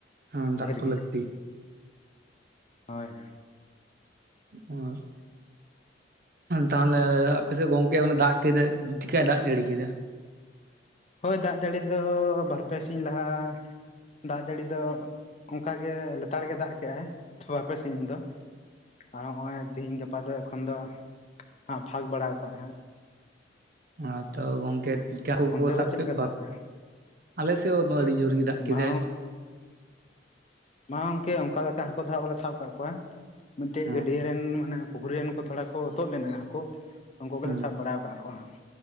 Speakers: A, on the right; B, on the left.
A: ᱦᱮᱸ ᱫᱟᱜ
B: ᱰᱷᱮᱨ
A: ᱛᱚ
B: ᱜᱮ,
A: ᱞᱟᱹᱠᱛᱤ ᱜᱮᱭᱟ᱾
B: ᱦᱳᱭ᱾
A: ᱦᱳᱭ᱾ ᱛᱟᱦᱞᱮ ᱟᱯᱮ ᱥᱮᱫ ᱜᱚᱝᱠᱮ ᱚᱱᱟ ᱫᱟᱜ ᱠᱮᱫᱟᱭ ᱪᱤᱠᱟᱭ ᱫᱟᱜ ᱡᱟᱹᱲᱤ ᱠᱮᱫᱟ?
B: ᱦᱳᱭ ᱫᱟᱜ ᱡᱟᱹᱲᱤ ᱫᱚ ᱵᱟᱨ ᱯᱮ ᱥᱤᱧ ᱞᱟᱦᱟ ᱫᱟᱜ ᱡᱟᱹᱲᱤ ᱫᱚ ᱚᱝᱠᱟ ᱜᱮ ᱞᱮᱛᱟᱲ ᱜᱮ ᱫᱟᱜ ᱠᱮᱜ-ᱟᱭ ᱵᱟᱨᱯᱮ ᱥᱤᱧ ᱫᱚ, ᱟᱨ ᱦᱚᱸᱜᱼᱚᱭ ᱛᱤᱦᱤᱧ ᱜᱟᱯᱟ ᱫᱚ ᱮᱠᱷᱚᱱ ᱫᱚ ᱦᱟᱸᱜ ᱯᱷᱟᱸᱠ ᱵᱟᱲᱟᱣ ᱠᱟᱜ-ᱟᱭ ᱦᱟᱸᱜ᱾
A: ᱱᱚᱣᱟ ᱛᱚ ᱜᱚᱝᱠᱮ ᱦᱟᱹᱠᱩ
B: ᱚᱱᱛᱮ
A: ᱠᱚᱠᱚ ᱥᱟᱵ
B: ᱫᱚ ᱪᱮᱫ
A: ᱠᱮᱫ
B: ᱞᱮᱠᱟ
A: ᱠᱚᱣᱟ,
B: ᱫᱟᱜ ᱠᱟᱜᱼᱟ
A: ᱟᱞᱮ ᱥᱮᱫ ᱦᱚᱸ ᱫᱚ ᱟᱹᱰᱤ ᱡᱳᱨ ᱜᱮ ᱫᱟᱜ ᱠᱮᱫᱟᱭ᱾
B: ᱢᱟ ᱵᱟ ᱜᱚᱝᱠᱮ ᱚᱱᱠᱟ ᱞᱮᱠᱟ ᱦᱟᱹᱠᱩ ᱫᱚ ᱦᱟᱸᱜ ᱵᱟᱞᱮ ᱥᱟᱵ ᱠᱟᱜ ᱠᱚᱣᱟ ᱢᱤᱫᱴᱤᱡ
A: ᱦᱮᱸ
B: ᱜᱟᱹᱰᱤᱭᱟᱹ ᱨᱮᱱ ᱢᱟᱱᱮ ᱯᱩᱠᱷᱨᱤ ᱨᱮᱱ ᱠᱚ ᱛᱷᱚᱲᱟ ᱠᱚ ᱛᱩᱫ ᱞᱮᱱᱟ ᱦᱟᱹᱠᱩ ᱩᱱᱠᱩ ᱜᱮᱞᱮ
A: ᱦᱮᱸ
B: ᱥᱟᱵ ᱵᱟᱲᱟᱣ ᱠᱟᱜ ᱠᱚᱣᱟ ᱦᱟᱸᱜ᱾